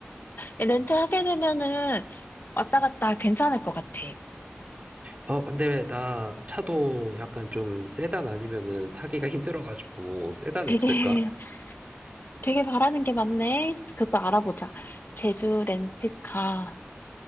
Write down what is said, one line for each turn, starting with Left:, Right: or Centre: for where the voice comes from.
Left: 렌트하게 되면은 왔다 갔다 괜찮을 것 같아.
Right: 어, 근데 나 차도 약간 좀 세단 아니면은 타기가 힘들어가지고 세단에
Left: 되게,
Right: 없을까?
Left: 되게 바라는 게 많네. 그것도 알아보자. 제주 렌트카.